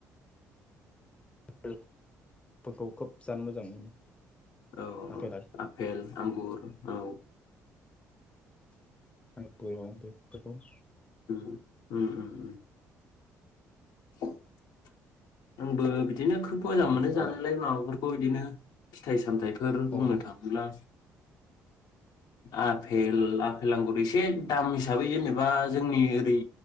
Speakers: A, on the left (about 15°); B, on the left (about 70°).
A: <unintelligible> फोरखौ खोब जानो मोजां मोनो
B: औ-औ
A: आफेल
B: आपेल आंगुर औ,
A: <unintelligible> बेफोरखौ
B: उम उम -उम- उम <unintelligible> आंबो बि- दिनो खोब मोजां मोनो
A: मालाय
B: जानायलाय माबाफोर बेखौ बिदिनो फिथाइ सामथाय फोर बुंनो
A: औ
B: थाङोब्ला आपेल आपेल आंगुर एसे दाम हिसाबै जेनेबा जोंनि ओरै